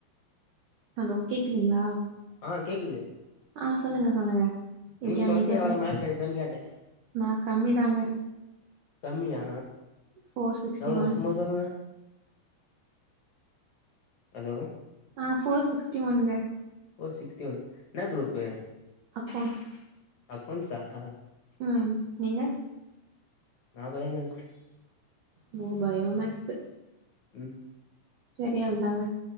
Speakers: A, on the right; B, on the left.
A: ஹலோ கேக்குதுங்களா
B: ஆ கேக்குது
A: ஆ சொல்லுங்க சொல்லுங்க இப்படி
B: நீங்க
A: அமைதியா
B: டுவெல்த்ல எவ்ளோ
A: தாய்ப்
B: மார்க் எடுத்தன்னு கேட்டே
A: நா கம்மி தாங்க
B: கம்மியா
A: ஃபோர் சிக்ஸ்டி
B: எவ்ளோ
A: ஒன்
B: சும்மா சொல்லுங்க ஹலோ
A: நா ஃபோர் சிக்ஸ்டி ஒன்ங்க
B: ஃபோர் சிக்ஸ்டி ஒன் என்னா குரூப்பு
A: அக்கௌண்ட்ஸ்
B: அக்கௌண்ட்ஸ் ஆ
A: ம் நீங்க
B: நா பயோமேக்ஸ்
A: போ பயோமேக்ஸ்
B: ம்
A: தெரிய வந்தாங்க